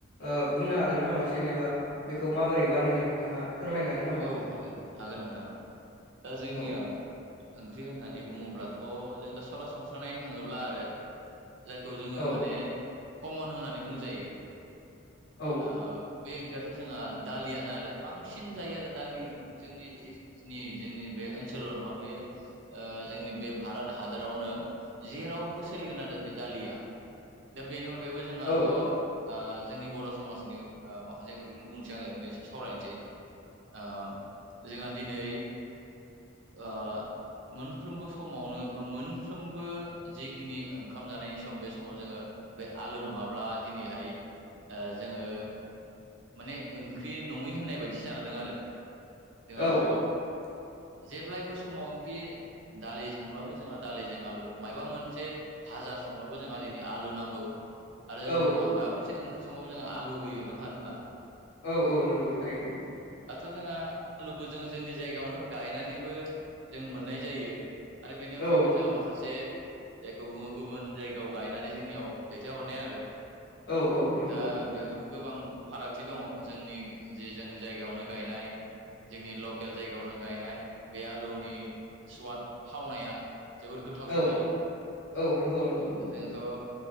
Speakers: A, on the left; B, on the right.
A: ओ बुंनो हागोन नामा जेनेबा बेखौ माबोरै बानायो नोंथाङा फोरमायनो हागोन नामा?
B: औ हागोन, हागोन नोंथां। दा जोंनियाव
A: औ
B: ओंख्रि होननानै बुङोब्लाथ' जों दा सरासनस्रा नायनो थाङोब्ला आरो जायखौ जोङो
A: औ
B: माने कम्मन होननानै बुंजायो
A: औ।
B: ओ बे ओंख्रियाथ' जोंहा दालियानो आरो बांसिन जायो आरो। दालि जोंनि जिखिनि जोंनि बे ओनसोलल' नङा बेयो ओ जोंनि बे भारत हादरावनो जेरावबो सोलिगोन आरो बे दालिया दा बेनि अनगायैबो जोंहाथ'
A: औ
B: ओ जोंनि बर' समाजनि ओ माखासे ओंख्रिखौनो बुंनोसै आङो बे <unintelligible> सावरायनोसै ओ जोंहा दिनै ओ मोनफ्रोमबो समावनो बा मोनफ्रोमबो जिखिनि ओंखाम जानायनि सम बे समाव जोङो बे आलु नङाब्ला दिनैहाय ओ जोङो माने ओंख्रि नङै होननाय बायदिसो जाना दं आरो जोंहाथ'
A: औ
B: जेब्लायबो समावखि दालि संब्लाबो जोंहा दालिजों आलु मायबा मोनसे भाजा संब्लाबो जोंहा दिनै आलु नांगौ आरो
A: औ
B: जोंहा माबा मोनसे ओंख्रि संबाबो जोंहा आलु होयो नङा होमब्ला
A: औ औ नंगौ थारैनो
B: ओ दाथ' जोंहा आलुखौ जों जोंनि जायगायावनो गायनानैबो जों मोननाय जायो आरो बेनि अनगायैबो
A: औ
B: जोंहा माखासे जायखौ बुङो गुबुन जायगायाव गायनानै जोंनियाव दैथायहरनाय आरो
A: औ औ नोंगौ
B: दा बेयावथ' गोबां फारागथि दङ जोंनि जि जोंनि जायगायावनो गायनाय जोंनि लकेल जायगायावनो गायनाय बे आलुनि सुवाद थावनाया जोबोद गोथावसिन
A: औ
B: आरो
A: औ नंगौ नंगौ नंगौ
B: दा जों थ'